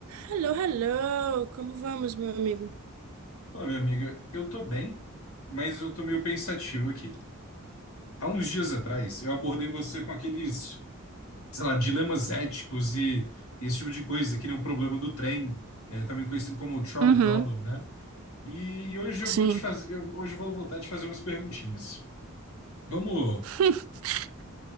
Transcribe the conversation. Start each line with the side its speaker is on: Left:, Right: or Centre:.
Right: Hello, hello! Como vamos, meu amigo?
Left: Olha, amiga, eu tô bem, mas eu tô meio pensativo aqui. Há uns dias atrás, eu abordei você com aqueles, sei lá, dilemas éticos e, e esse tipo de coisa, que nem o problema do trem, é, também conhecido como o trolley
Right: Uhum,
Left: problem, né? E hoje
Right: sim.
Left: eu vou te fazer, eu- hoje eu vou voltar a te fazer umas perguntinhas. Vamos,
Right: <laughs>